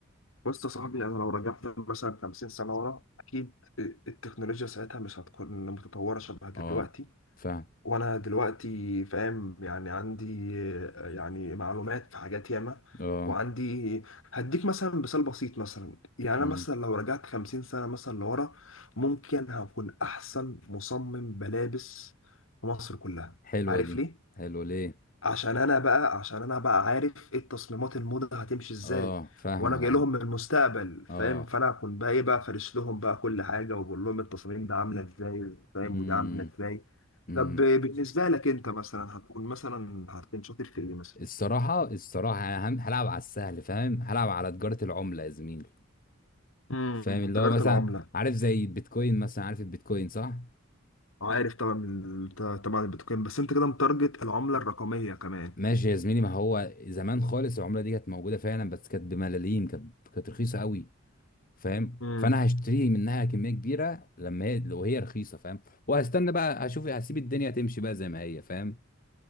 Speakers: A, on the left; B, on the left.
A: بص يا صاحبي انا لو رجعت مثلا 50 سنه ورا اكيد التكنولوجيا ساعتها مش هتكون متطوره شبه
B: اه
A: دلوقتي
B: فاهم
A: وانا دلوقتي فاهم يعني عندي آه، يعني معلومات في حاجات ياما
B: اه
A: وعندي هديك مثلا مثال بسيط مثلا يعني انا
B: امم
A: مثلا لو رجعت 50 سنه مثلا لورا ممكن هكون احسن مصمم ملابس في مصر كلها
B: حلوه
A: عارف
B: دي
A: ليه
B: حلوه ليه
A: عشان انا بقى عشان انا بقى عارف ايه التصميمات الموضه هتمشي ازاي
B: اه فاهمك
A: وانا جاي
B: عن
A: لهم من المستقبل فاهم
B: اه
A: فانا اكون بقى ايه بقى فارش لهم بقى كل حاجه وبقول لهم التصاميم ده عامله ازاي فاهم
B: امم
A: وده عامله ازاي
B: امم
A: طب بالنسبه لك انت مثلا هتكون مثلا هتكون شاطر في ايه مثلا
B: الصراحه الصراحه انا هم- هلعب على السهل فاهم هلعب على تجاره العمله يا زميلي
A: امم
B: فاهم اللي
A: تجاره
B: هو مثلا
A: العمله
B: عارف زي البيتكوين مثلا عارف البيتكوين صح
A: عارف طبعا ال- طبعا البيتكوين بس انت كده متارجت العمله الرقميه كمان
B: ماشي يا زميلي ما هو زمان خالص العمله دي كانت موجوده فعلا بس كانت بملاليم كانت كانت رخيصه قوي فاهم
A: امم
B: فانا هشتري منها كميه كبيره لما هي لو هي رخيصه فاهم وهستنى بقى هشوف هسيب الدنيا تمشي بقى زي ما هي فاهم